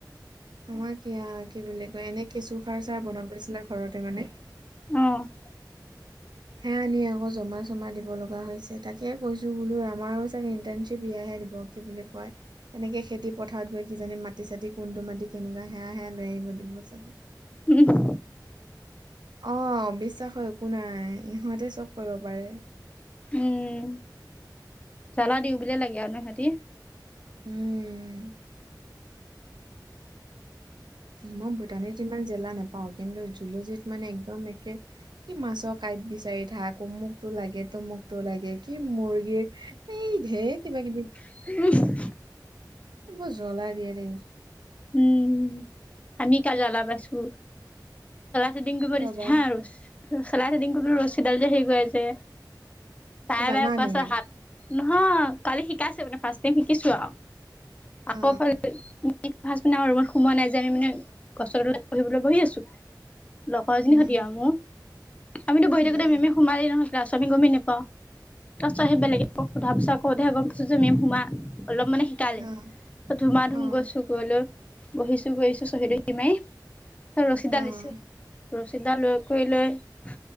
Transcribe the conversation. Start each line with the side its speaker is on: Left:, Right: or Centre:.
Right: নহয় কিয়া কি বুলি কয় এনে কেঁচু সাৰ চাৰ বনাব দিছিলে ঘৰতে মানে।
Left: অ'।
Right: সেয়া নি আকৌ জমা চমা দিব লগা হৈছে তাকে কৈছোঁ বোলো আমাৰো চাগে ইণ্টাৰ্নশ্বিপ এয়াহে দিব। কি বুলি কয়। এনেকে খেতি পথাৰত গৈ কিজানি মাটি চাতি কোনটো মাটি কেনেকুৱা সেয়া সেয়া লৈ আহিব দিব চাগে।
Left: <unintelligible>
Right: অ' বিশ্বাস হয় একো নাই ইহঁতে চব কৰিব পাৰে।
Left: উম, জ্বালা দিওঁ বুলি লাগে আৰু ন' সিঁহতি।
Right: উম। মই বুটানীত ইমান জ্বালা নাপাওঁ কিন্তু জুলজিত মানে একদম একে কি মাছৰ কাঁইট বিচাৰি থাক অমুকটো লাগে তমুকটো লাগে কি মুৰ্গীৰ এই ধেৰ কিবা কিবি।
Left: <unintelligible>
Right: বৰ জ্বলাই দিয়ে দেই
Left: উম, আমি কালি জালা পাইছো। থেডিং কৰিব
Right: কিয়
Left: দিছে
Right: বা
Left: আৰু, চলাই থেডিং ৰছীডাল যে সেই কৰে যে। বাৰে
Right: অ জানা
Left: বাৰে কৈ
Right: তুমি
Left: আছে হাত, নহয় কালি শিকাইছে মানে ফাষ্ট টাইম শিকিছো আৰু।
Right: অ
Left: আকৌ ফালে ফাস্ট দিনা আমাৰ ৰুমত সোমোৱা নাই যে আমি মানে গছৰ তলত বহিবলৈ বহি আছোঁ। লগৰজনীৰ
Right: উম
Left: সতি আৰু, মোৰ আমিতো বহি
Right: উম,
Left: থাকোতে মেমে সোমালেই নহয়। ক্লাছ আমি গ'মে নাপাওঁ, তাৰ পিছত আহি বেলেগেক সোধা পিছত কওঁতে গ'ম পাইছো যে মেম সোমাল, অলপ মানে শিকালে,
Right: অ',
Left: ত' ধুমা ধুম
Right: অ',
Left: গৈছোঁ। গৈ লৈ, বহিছো বহি চহী তহি মাৰি ৰছীডাল
Right: অ', অ',
Left: দিছে, ৰছীডাল কৰি লৈ, এ